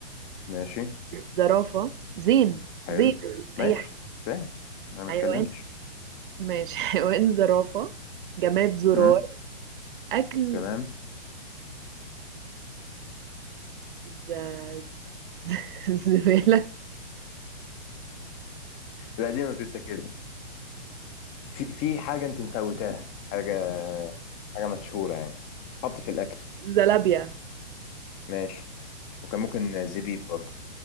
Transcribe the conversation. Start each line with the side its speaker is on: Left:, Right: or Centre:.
Left: ماشي
Right: زرافة زين
Left: حلو
Right: زين
Left: ماشي
Right: اي
Left: فاهم انا ما
Right: حيوان
Left: اتكلمتش
Right: ماشي <laughs> حيوان زرافة جماد زرار
Left: امم
Right: أكل
Left: تمام
Right: ز... ز... <laughs> زبالة
Left: لا دي ما بتتاكلش في في حاجة أنت مفوتاها حاجة حاجة مشهورة يعني تحط في الأكل
Right: زلابيا
Left: ماشي ماشي. وكان ممكن زبيب برضو